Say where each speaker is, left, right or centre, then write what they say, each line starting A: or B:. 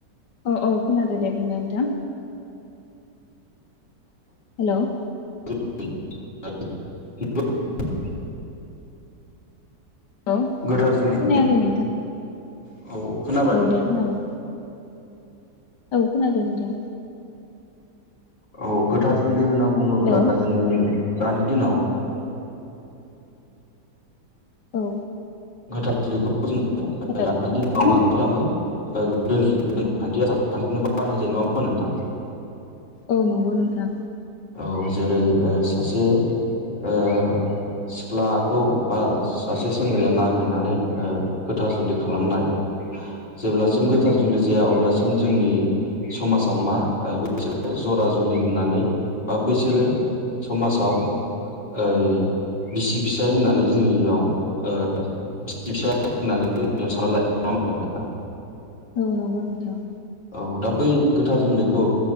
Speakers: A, on the left (about 80°); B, on the left (about 30°).
A: औ औ खोनादो दे बुंलाय नोंथां। हेल'।
B: <unintelligible>
A: हेल' खोनायाखै
B: गोथार जुलि
A: नोंथां।
B: औ। खोनाबाय
A: औ
B: नोंथां
A: दे खोनाबाय। खोनादो नोंथां।
B: औ गोथार जुलि होनना बुङोब्ला
A: हेलौ
B: जोङो दानि दिनाव
A: औ।
B: गोथार जुलिखौ
A: हेलौ
B: <unintelligible> खालामो ओ गोदोनि नेखान्थि आसारखान्थिखौ बाहायनाय जायो नङामोन नोंथां?
A: औ नंगौ नोंथां।
B: औ जेरै ओ सासे ओ सिख्लाखौ बा सासे सेंग्राया नाहैनानै ओ गोथार जुलि खालामनाय। जेब्लासिम
A: उम
B: गोथार जुलि
A: नंगौ।
B: जाया अब्लासिम जोंनि समाजाव मा बिसोरो जरा जुलि होननानै बा बैसोरो समाजाव ओ बिसि फिसाय होननानै जोंनियाव ओ बिसि फिसाय होननानै जों साननाला <unintelligible>
A: औ नंगौ नोंथां।
B: औ दा बै गोथार जुलिखौ